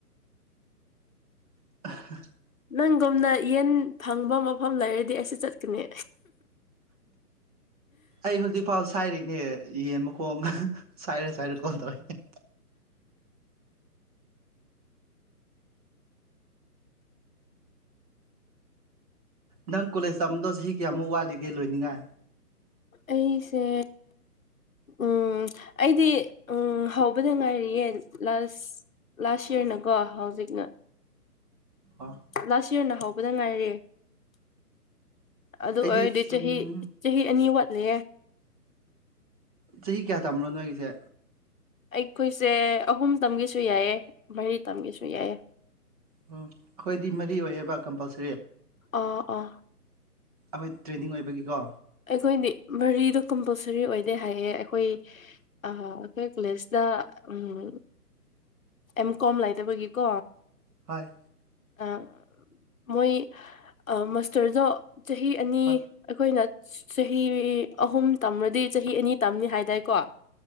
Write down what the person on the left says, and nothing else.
ꯅꯪꯒꯨꯝꯅ ꯌꯦꯟ ꯐꯪꯕ ꯃꯐꯝ ꯂꯩꯔꯗꯤ ꯑꯩꯁꯨ ꯆꯠꯀꯅꯤ
ꯑꯩꯁꯦ ꯎꯝ ꯑꯩꯗꯤ ꯎꯝ ꯍꯧꯕꯗ ꯉꯥꯏꯔꯤꯌꯦ ꯂꯥꯁ ꯂꯥꯁ ꯌꯔꯅꯀꯣ ꯍꯧꯖꯤꯛꯅ
ꯂꯥꯁ ꯌꯔꯅ ꯍꯧꯕꯗ ꯉꯥꯏꯔꯦ ꯑꯗꯨ
ꯑꯣꯏꯔꯗꯤ ꯆꯍꯤ
ꯆꯍꯤ ꯑꯅꯤ ꯋꯥꯠꯂꯦ
ꯑꯩꯈꯣꯏꯁꯦ ꯑꯍꯨꯝ ꯇꯝꯒꯦꯁꯨ ꯌꯥꯏꯌꯦ ꯃꯔꯤ ꯇꯝꯒꯁꯨ ꯌꯥꯏꯌꯦ
ꯑ ꯑ
ꯑꯩꯈꯣꯏꯗꯤ ꯃꯔꯤꯗꯣ ꯀꯝꯄꯜꯁꯔꯤ ꯑꯣꯏꯗꯦ ꯍꯥꯏꯌꯦ ꯑꯩꯈꯣꯏ ꯑꯩꯈꯣꯏ ꯀꯣꯂꯦꯖꯇ ꯎꯝ ꯎ ꯑꯦꯝ ꯀꯣꯝ ꯂꯩꯇꯕꯒꯤꯀꯣ
ꯑ ꯃꯣꯏ ꯑ ꯃꯁꯇꯔꯖ ꯆꯍꯤ ꯑꯅꯤ
ꯑꯩꯈꯣꯏꯅ ꯆꯍꯤ ꯑꯍꯨꯝ ꯇꯝꯃꯗꯤ ꯆꯍꯤ ꯑꯅꯤ ꯇꯝꯅꯤ ꯍꯥꯏꯗꯥꯏꯀꯣ